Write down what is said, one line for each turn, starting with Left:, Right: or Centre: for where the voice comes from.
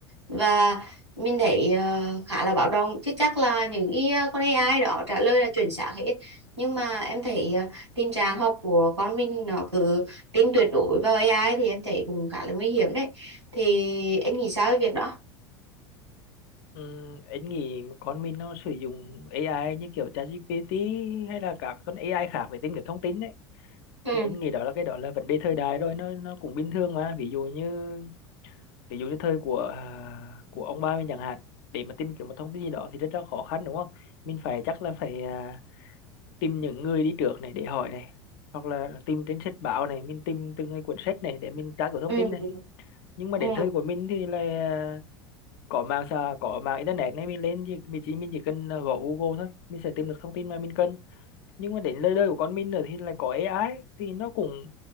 Right: và mình thấy ờ, khá là báo động chứ chắc là những cái ờ, con AI đó trả lời là chuẩn xác hết nhưng mà em thấy ờ, tình trạng học của con mình nó cứ tin tuyệt đối vào AI thì em thấy cũng khá là nguy hiểm đấy thì em nghĩ sao về việc đó
Left: Ừm, anh nghĩ con mình nó sử dụng AI như kiểu ChatGPT hay là các con AI khác để tìm kiếm thông tin đấy
Right: ừ
Left: thì anh nghĩ đó là cái đó là vấn đề thời đại rồi nó nó cũng bình thường mà ví dụ như ví dụ như thời của à, của ông ba mình chẳng hạn để mà tìm kiếm một thông tin gì đó thì rất là khó khăn đúng không mình phải chắc là phải à, tìm những người đi trước này để hỏi này hoặc là tìm trên sách báo này mình tìm từng cái cuốn sách này để mình tra cứu thông
Right: ừ
Left: tin này nhưng mà
Right: ừ
Left: đến thời của mình thì là à, có mạng xã có mạng internet này mình lên thì mình chỉ mình chỉ cần à, gõ Google thôi mình sẽ tìm được thông tin mà mình cần nhưng mà đến lời đời của con mình rồi thì lại có AI thì nó cũng